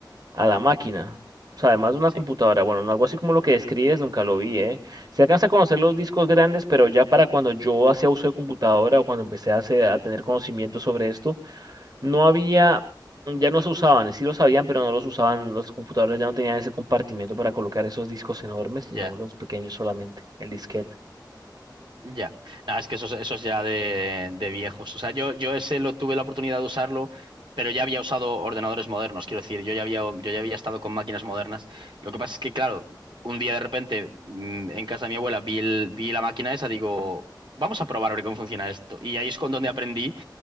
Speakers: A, on the right (about 55°); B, on the right (about 75°).
A: a la máquina. O sea, además de una
B: Sí,
A: computadora, bueno, no algo así como lo que describes, nunca lo vi, ¿eh? Se alcanza a conocer los discos grandes, pero ya para cuando yo hacía uso de computadora o cuando empecé a, hacer- a tener conocimiento sobre esto, no había, ya no se usaban, sí los sabían, pero no los usaban, los computadores ya no tenían ese compartimiento para colocar esos discos enormes, sino
B: ya.
A: los pequeños solamente, el disquete.
B: Ya, nada, es que eso, es eso es ya de, de viejos. O sea, yo, yo ese lo tuve la oportunidad de usarlo, pero ya había usado ordenadores modernos, quiero decir, yo ya había, yo ya había estado con máquinas modernas. Lo que pasa es que, claro, un día de repente mm, en casa de mi abuela vi, el- vi la máquina esa, digo, vamos a probar a ver cómo funciona esto. Y ahí es con donde aprendí